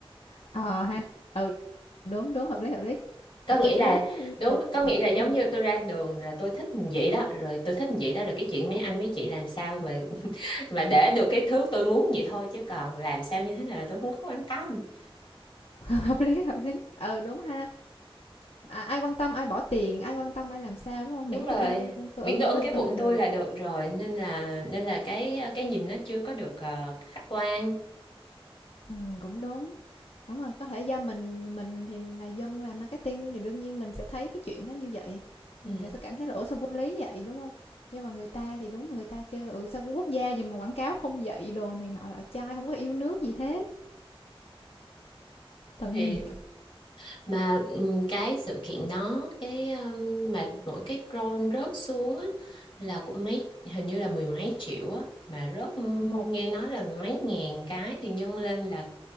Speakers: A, on the left; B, on the left.
A: Ờ ha. Ừ đúng đúng hợp lý hợp lý.
B: có nghĩa
A: Tôi chỉ
B: là
A: muốn
B: đúng
A: được
B: có nghĩa
A: thoải
B: là giống
A: ừ,
B: như tôi ra đường là tôi thích vậy đó rồi tôi thích vậy đó rồi cái chuyện mấy anh mấy chị làm sao mà <laughs> mà để được cái thứ tôi muốn vậy thôi chứ còn làm sao như thế nào là tôi không có quan tâm
A: <laughs> hợp lý hợp lý. Ừ đúng ha. À, ai quan tâm ai bỏ tiền, ai quan tâm ai làm sao đúng không? Miễn
B: đúng rồi
A: tôi ưng tôi
B: miễn
A: ưng
B: tôi
A: con
B: ưng
A: mắt
B: cái
A: tôi
B: bụng
A: là được.
B: tôi là được rồi nên là nên là cái cái nhìn nó chưa có được ờ, khách quan
A: Ừm, cũng đúng. Đúng rồi, có thể do mình mình thì là dân làm marketing thì đương nhiên mình sẽ thấy cái chuyện đó như vậy,
B: ừ.
A: mình sẽ cảm thấy là "Ủa, sao vô lý vậy?" Đúng không Nhưng mà người ta thì đúng mà người ta kêu: "Ừ, sao cũng quốc gia gì mà quảng cáo không dạy" đồ này nọ lọ chai, không có yêu nước gì hết, tội
B: thì
A: nghiệp.
B: mà ừ, cái sự kiện đó cái um, mà mỗi cái drone rớt xuống á, là cũng mấy hình như là mười mấy triệu á mà rớt ừ,
A: <laughs> Một
B: nghe nói là mấy ngàn cái thì nhân lên là